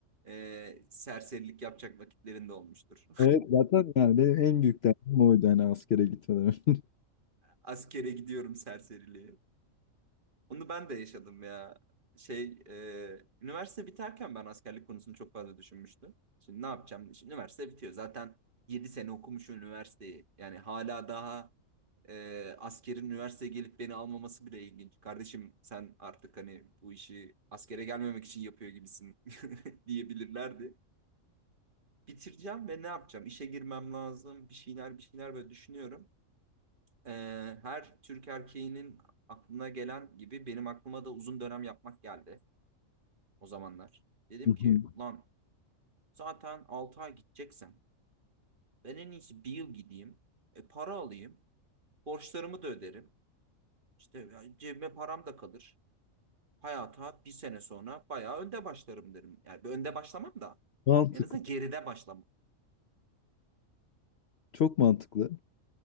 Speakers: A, on the right (about 40°); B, on the left (about 55°).
A: e, serserilik yapacak vakitlerinde olmuştur.
B: Evet, zaten yani benim en büyük derdim oydu hani askere gitmeden önce.
A: Askere gidiyorum serseriliği. Onu ben de yaşadım ya. Şey, e, üniversite biterken ben askerlik konusunu çok fazla düşünmüştüm. Şimdi ne yapacağım? Şimdi üniversite bitiyor. Zaten 7 sene okumuşum üniversiteyi. Yani hala daha e, askerin üniversiteye gelip beni almaması bile ilginç. Kardeşim sen artık hani bu işi askere gelmemek için yapıyor gibisin <laughs> diyebilirlerdi. Bitireceğim ve ne yapacağım? İşe girmem lazım. Bir şeyler bir şeyler böyle düşünüyorum. e, her Türk erkeğinin aklına gelen gibi benim aklıma da uzun dönem yapmak geldi o zamanlar. Dedim
B: <laughs>
A: ki lan zaten 6 ay gideceksem ben en iyisi bir yıl gideyim. E, para alayım. Borçlarımı da öderim. İşte cebime param da kalır. Hayata bir sene sonra bayağı önde başlarım derim. Yani önde başlamam da
B: Mantıklı.
A: en azından geride başlamam
B: Çok mantıklı.